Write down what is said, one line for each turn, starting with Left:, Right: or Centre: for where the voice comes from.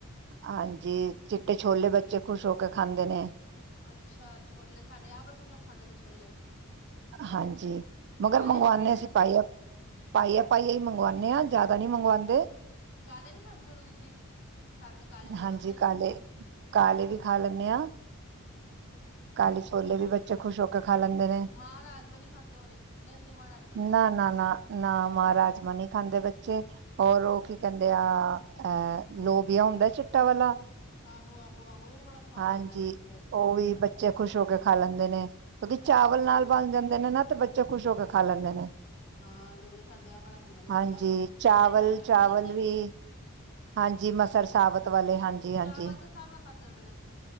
Right: ਹਾਂਜੀ, ਚਿੱਟੇ ਛੋਲੇ ਬੱਚੇ ਖੁਸ਼ ਹੋ ਕੇ ਖਾਂਦੇ ਨੇ।
Left: ਅੱਛਾ, ਛੋਲੇ ਸਾਡੇ ਆਪ ਬੜੇ ਖੁਸ਼ ਹੋ ਕੇ ਖਾਂਦੇ ਨੇ ਛੋਲੇ।
Right: ਹਾਂਜੀ, ਮਗਰ
Left: ਕਾਲੇ
Right: ਮੰਗਵਾਣੇ
Left: ਨੀ ਖਾਂਦੇ?
Right: ਅਸੀਂ ਪੈਲੇ, ਪੈਲੇ-ਪੈਲੇ ਈ ਮੰਗਵਾਣੇ ਆਂ। ਜ਼ਿਆਦਾ ਨਈਂ ਮੰਗਵਾਂਦੇ।
Left: ਕਾਲੇ ਨੀ ਖਾਂਦੇ ਹੁਣ ਤੁਸੀਂ? ਸਾਡੇ ਤਾਂ ਕਾਲੇ ਬੜੇ
Right: ਹਾਂਜੀ
Left: ਬਣਦੇ ਨੇ।
Right: ਕਾਲੇ, ਕਾਲੇ ਵੀ ਖਾ ਲੈਂਣੇ ਆਂ। ਕਾਲੇ ਛੋਲੇ ਵੀ ਬੱਚੇ ਖੁਸ਼ ਹੋ ਕੇ ਖਾ ਲੈਂਦੇ ਨੇ
Left: ਮਾਅ ਰਾਜਮਾਂ ਨੀ ਖਾਂਦੇ ਹੁਣੇ, ਕੈ ਲਿੰਦੇ ਮਾਅ ਰਾਜਮਾਂ ਵੀ।
Right: ਨਾ ਨਾ ਨਾ ਨਾ ਮਾਅ ਰਾਜਮਾਂ ਨੀ ਖਾਂਦੇ ਬੱਚੇ, ਔਰ ਓ ਕੀ ਕੈਂਦੇ ਆ, ਅਹ ਲੋਬੀਆ ਹੁੰਦਾ ਚਿੱਟੇ ਵਾਲਾ?
Left: ਆਹੋ-ਆਹੋ-ਆਹੋ। ਬੜਾ ਸਵਾਦ
Right: ਹਾਂਜੀ,
Left: ਬਣਦਾ ਲੋਬੀਆ
Right: ਓ ਵੀ ਬੱਚੇ ਖੁਸ਼ ਹੋਕੇ ਖਾ ਲੈਂਦੇ ਨੇ। ਕਿਉਂਕਿ ਚਾਵਲ
Left: ਹੂੰ,
Right: ਨਾਲ ਬਣ ਜਾਂਦੇ ਨੇ ਨਾ। ਤੇ ਬੱਚੇ ਖੁਸ਼ ਹੋ ਕੇ ਖਾ ਲੈਂਦੇ ਨੇ।
Left: ਹਾਂ ਲੋਵੇ ਸਾਡਾ ਬੜਾ ਬੰਦਾ ਲੋਵਆ
Right: ਹਾਂਜੀ ਚਾਵਲ
Left: ਮਸਾਂ ਦੀ ਦਾਲ ਵੀ
Right: ਚਾਵਲ
Left: ਖਾ ਲੈਂਦੇ ਹੋ
Right: ਵੀ
Left: ਗਏ
Right: ਹਾਂਜੀ ਮਸਰ ਸਾਬਤ ਵਾਲੇ ਹਾਂਜੀ ਹਾਂਜੀ
Left: ਚਾਵਲ ਦੇ ਹਿਸਾਬ ਨਾਲ ਖਾਧ ਜਾਂਦਾ